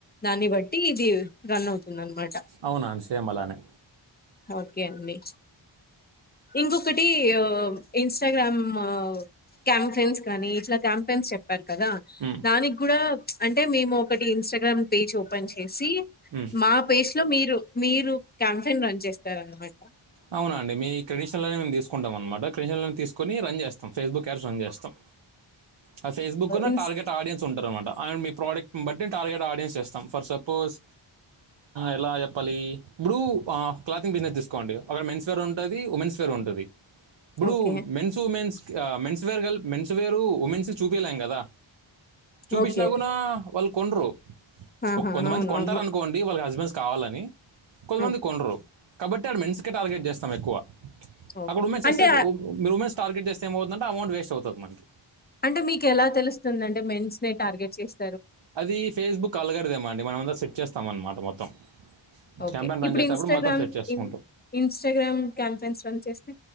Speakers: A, on the left; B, on the right.
A: దాన్ని బట్టి ఇది రన్ అవుతుంది అనమాట
B: అవునండి షేమలానే
A: ఓకే అండి ఇంకొకటి ఆ ఇష్టాగ్రామ్ క్యాంపెయిన్స్ కానీ ఇట్లా క్యాంపెన్స్ చెప్ కర్ కదా
B: ఉమ్,
A: దానికి కూడా అంటే మేము ఒకటి ఇన్స్టాగ్రామ్ పేజ్ ఓపెన్ చే సి
B: ఉమ్.
A: మా పేజె లో మీరు మీరు క్యాంపెయిన్ రన్ చేస్తారన్నమాట
B: అవునండి మీ క్రెడిటిషన్లె మేము తీసుకుంటాం అనమాట క్రీటిషన్లోకి తీసుకొని రన్ చేస్తాం ఫాక్ర్బుక్ యాడ్స్ రన్ చేస్తాం ఆ ఫేస్బుక్ నా
A: ఇన్స్
B: టార్గెట్ ఆడియన్స్ ఉంటార్ అనమాట ఆడ్ మీ ప్రోడక్ట్ని బట్టి టార్గెట్ ఆడియన్స్ చేస్తాం ఫర్ సపోజ్ ఎలా చెప్పాలి బృ ఆ క్లోథింగ్ బిజినెస్ తీసుకోండి అక్కడ మెన్స్ వేర్ ఉంటది ఉమెన్స్ వేర్ ఉంటది బృ
A: ఓకే
B: మేన్స్ ఉమెన్స్ ఆ మెన్స్వేర్ గల్ మెన్స్వేరు ఉమెన్స్ కు చుపియలేం కదా చూపించినా
A: ఓకే
B: గున వాళ్ళు కొనరు
A: ఆహా
B: ఒక కొంతమంది
A: అవును
B: కొంటారు
A: అవును
B: అనుకోండి వాళ్ళ హస్బెండ్ కావాలని కొంతమంది
A: ఓకే
B: కొన్నారు కాబట్టి ఆడ్ మెన్స్ టార్గెట్ చేస్తాం ఎక్కువ
A: ఓకే
B: అక్కడ ఉమెన్స్
A: అంటే
B: చేస్తే ఉ మీరు ఉమెన్స్ టార్గెట్ చేస్తే ఎం అవుతుందంటే అమౌంట్ వేస్ట్ అవుతది మనకి
A: అంటే మీకు ఎలా తెలుస్తుంది అంటే మేన్స్ నే టార్గెట్ చెస్
B: అది ఫేస్బుక్ ఆల్గేర్ధం అండి మనమందరం సెట్ చేస్తాం అన్నమాట మొత్తం
A: ఓకే
B: క్యాంపెయిన్ రన్
A: ఇప్పుడు
B: చేసేటప్పుడు
A: ఇన్స్టాగ్రామ్
B: మొత్తం సెట్ చేసుకుంటాం
A: ఇన్స్టాగ్రామ్ క్యాంపెన్స్ రన్ చేస్తే